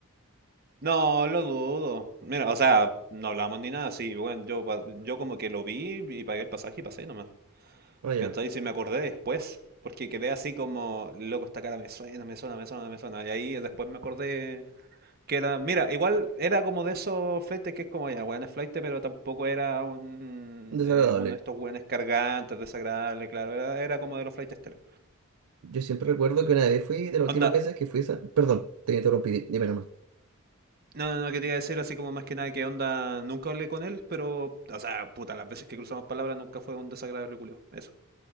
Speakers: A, on the right (about 45°); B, on the right (about 85°).
A: No, lo dudo. Mira, o sea, no hablamos ni nada, sí, weón. Yo, pa- yo como que lo vi y pagué el pasaje y pasé nomás.
B: Oye,
A: ¿Cachai? Si me acordé después. Porque quedé así como, loco, esta cara me suena, me suena, me suena, me suena. Y ahí después me acordé que era. Mira, igual era como de esos flaites que es como, ya, weón, es flaite, pero tampoco era un,
B: desagradable.
A: eh, uno de estos weones cargantes, desagradables, claro. Era, era como de los flaites telos.
B: Yo siempre recuerdo que una vez fui, de las últimas
A: Onda,
B: veces que fui, a esa- perdón, te interrumpí, di- dime nomás.
A: No, no, no quería decir así como más que nada que onda, nunca hablé con él, pero, o sea, puta, las veces que cruzamos palabras nunca fue un desagradable culio. eso.